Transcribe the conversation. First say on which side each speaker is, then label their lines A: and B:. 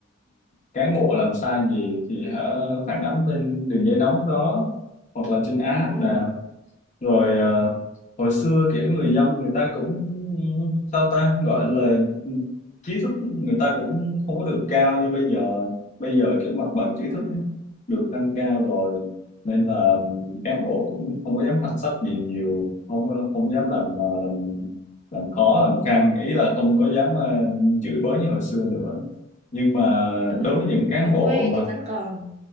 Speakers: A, on the left; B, on the right.
A: cán bộ làm sai gì thì hả phản ánh lên đường dây nóng đó hoặc là trên app
B: ừ.
A: nè rồi ờ, hồi xưa kiểu người dân người ta cũng sao ta gọi là trí thức người ta cũng không có được cao như bây giờ bây giờ kiểu mặt bằng trí
B: Ừ.
A: thức được nâng cao rồi nên là cán bộ cũng không có dám hạch sách gì nhiều không không dám làm ờ, làm làm khó làm căng ý là không có dám ờ, chửi bới như hồi xưa nữa nhưng mà
B: Ừ.
A: đối với những cán
B: ở
A: bộ
B: quê
A: mà
B: thì vẫn còn